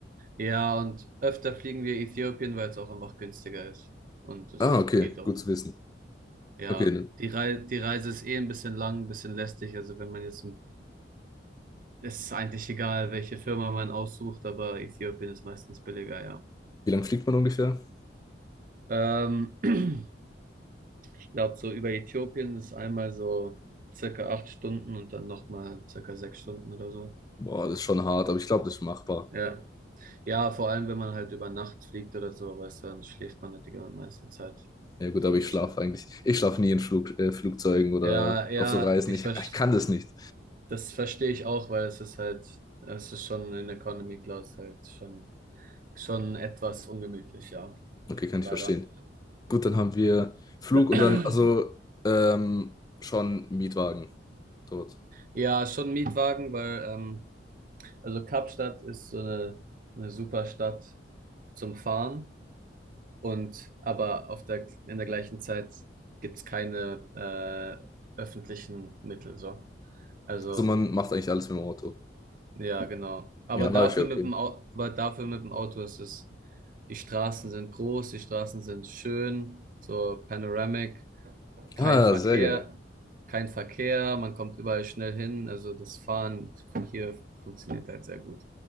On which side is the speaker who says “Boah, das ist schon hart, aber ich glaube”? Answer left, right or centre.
Left